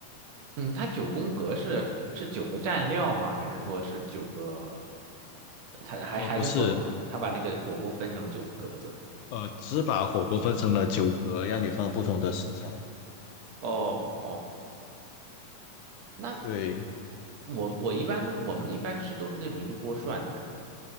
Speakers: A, on the right; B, on the left.
A: 嗯，它九宫格是是九个蘸料吗？还是说是九个？呃它还还是说它它把那个火锅分成了九个格子？
B: 哦，不是，呃，只把火锅分成了九格，让你放不同的食材。
A: 哦哦，那
B: 对，
A: 我我一般都我们一般吃都是那种一锅涮的，